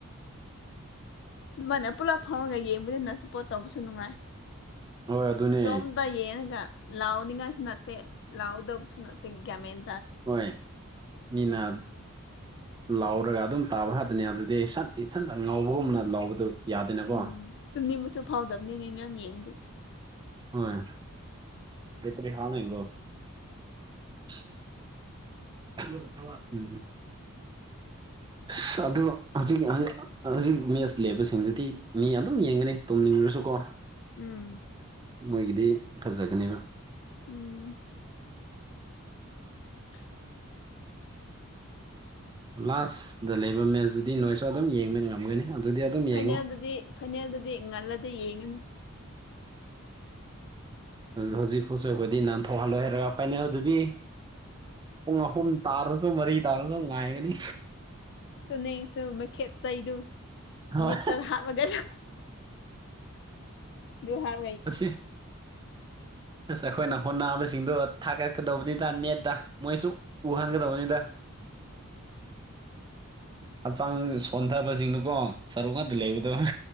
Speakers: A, on the left; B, on the right.
A: ꯑꯗꯨꯃꯥꯏꯅ ꯄꯨꯂꯞ ꯐꯥꯎꯔꯒ ꯌꯦꯡꯕꯗꯨꯅ ꯁꯞꯄꯣ꯭ꯔꯠ ꯇꯧꯕꯁꯨ ꯅꯨꯡꯉꯥꯏ
B: ꯍꯣꯏ ꯑꯗꯨꯅꯦ
A: ꯏꯇꯣꯝꯇ ꯌꯦꯉꯒ ꯂꯥꯎꯅꯤꯡꯉꯥꯏꯁꯨ ꯅꯠꯇꯦ ꯂꯥꯎꯗꯕꯁꯨ ꯅꯠꯇꯦ ꯒ꯭ꯌꯥꯟꯃꯦꯟ
B: ꯍꯣꯏ ꯃꯤꯅ ꯂꯥꯎꯔꯒ ꯑꯗꯨꯝ ꯇꯥꯕ ꯍꯥꯠꯇꯅꯦ ꯑꯗꯨꯗꯤ ꯁꯠ ꯏꯊꯟꯇ ꯉꯧꯕꯒꯨꯝꯅ ꯂꯥꯎꯕꯗꯨ ꯌꯥꯗꯦꯅꯀꯣ
A: ꯎꯝ ꯇꯨꯝꯅꯤꯡꯕꯁꯨ ꯐꯥꯎꯗꯕꯅꯤ ꯃꯤ ꯃꯌꯥꯝ ꯌꯦꯡꯉꯗꯤ
B: ꯍꯣꯏ ꯕꯦꯇꯔꯤ ꯍꯥꯡꯉꯤꯀꯣ <unintelligible> <inaudible> ꯑꯁ ꯑꯗꯨ ꯍꯧꯖꯤꯛꯀꯤ ꯍꯧꯖꯤ ꯍꯧꯖꯤꯛ ꯃꯦꯁ ꯂꯩꯕꯁꯤꯡꯗꯨꯗꯤ ꯃꯤ ꯑꯗꯨꯝ ꯌꯦꯡꯒꯅꯤ ꯇꯨꯝꯅꯤꯡꯔꯁꯨꯀꯣ
A: ꯎꯝ
B: ꯃꯣꯏꯒꯤꯗꯤ ꯐꯖꯒꯅꯦꯕ
A: ꯎꯝ <unintelligible> <inaudible>
B: ꯂꯥꯁ ꯗ ꯂꯩꯕ ꯃꯦꯁꯇꯨꯗꯤ ꯅꯣꯏꯁꯨ ꯑꯗꯨꯝ ꯌꯦꯡꯕ ꯉꯝꯒꯅꯤ ꯑꯗꯨꯗꯤ ꯑꯗꯨꯝ
A: ꯐꯥꯏꯅꯦꯜꯗꯗꯤ
B: ꯌꯦꯡꯉꯨ
A: ꯐꯥꯏꯅꯦꯜꯗꯗꯤ ꯉꯜꯂꯗꯤ ꯌꯦꯡꯉꯅꯤ
B: ꯍꯧ ꯍꯧꯖꯤꯛ ꯐꯨꯠꯆ ꯑꯩꯈꯣꯏꯗꯤ ꯅꯥꯟꯊꯣꯛꯍꯜꯂꯣꯏ ꯍꯥꯏꯔꯒ ꯐꯥꯏꯅꯦꯜꯗꯗꯤ ꯄꯨꯡ ꯑꯍꯨꯝ ꯇꯥꯔꯁꯨ ꯃꯔꯤ ꯇꯥꯔꯁꯨ ꯉꯥꯏꯒꯅꯤ
A: ꯇꯨꯝꯅꯤꯡꯉꯁꯨ ꯃꯈꯦꯠ ꯆꯩꯗꯨ
B: ꯍꯣꯏ
A: ꯃꯤꯠꯇ ꯍꯥꯞꯂꯒ ꯑꯗꯨ ꯍꯥꯞ
B: ꯑꯁꯤ ꯑꯁ ꯑꯩꯈꯣꯏꯅ ꯍꯣꯠꯅꯕꯁꯤꯡꯗꯨ ꯊꯥꯒꯠꯀꯗꯧꯕꯅꯤꯗ ꯅꯦꯠꯇ ꯃꯣꯏꯁꯨ ꯎꯍꯟꯒꯗꯧꯅꯤꯗ ꯍꯛꯆꯥꯡ ꯁꯣꯟꯊꯕꯁꯤꯡꯗꯨꯀꯣ ꯁꯔꯨꯋꯥꯠꯇ ꯂꯩꯕꯗꯨ